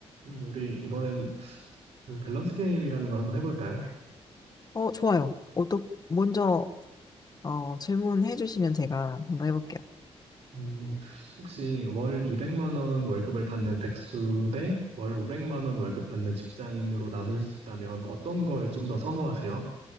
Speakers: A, on the right (about 70°); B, on the left (about 35°).
A: 음, 우리 이번엔 그 밸런스 게임이라는 걸 한번 해볼까요?
B: 어, 좋아요. 어떠, 먼저, 어, 질문해 주시면 제가 한번 해볼게요.
A: 음, 혹시 월 200만 원 월급을 받는 백수 대 월 500만 원 월급 받는 직장인으로 나눌 수 있다면 어떤 걸 좀 더 선호하세요?